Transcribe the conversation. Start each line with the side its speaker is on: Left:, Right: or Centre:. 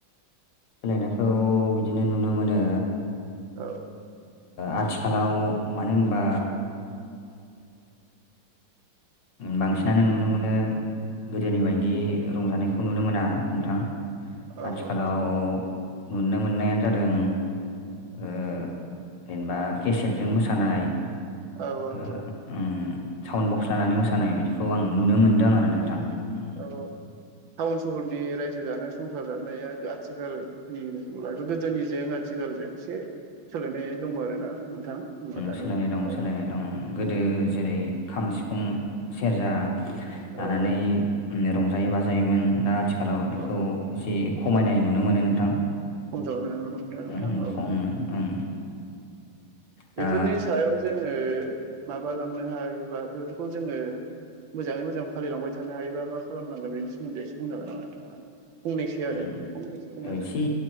Left: सोलायनायखौ बिदिनो नुनो मोनो
Right: औ
Left: आथिखालाव मानो होनबा बांसिनानो नुनो मोनो गोदोनि बायदि रंजानायखौ नुनो मोना नोंथां
Right: औ
Left: आथिखालाव
Right: औ
Left: नुनो मोननायानो जादों ओ जेनेबा केसेटजों मोसानाय
Right: औ औ
Left: ओ
Right: औ
Left: उम साउन्ड बक्स लानानै मोसानाय बिदिखौ आं नुनो मोन्दों आरो नोंथां उम
Right: औ टाउन सहरनि रायजो जानाय संसार जानाया आथिखालनि गोदोनि ज आथि आथिखालजों एसे सोलायनाय दङ आरोना नोंथां होमबा दानि
Left: सोलायनाय दं
Right: औ
Left: सोलायनाय दं गोदो जेरै खाम सिफुं सेरजा लानानै
Right: औ
Left: रंजायो बाजायोमोन दा आथिखालाव बेखौ
Right: औ
Left: एसे खमायनाय नुनो मोनो नोंथां
Right: खम जालांनाय नुनो मोनदों ना नोंथां
Left: उम
Right: औ
Left: खम उम दा
Right: बेफोरनि सायाव जों ओ माबालांनो हायोबा बेफोरखौ जोङो मोजाङै मोजां फालिलांबाय थानो हायोबा मा खालामनांगोन बेनि सोमोन्दै एसे बुंनांगोन नोंथाङा फंनैसो आरो
Left: उम एसे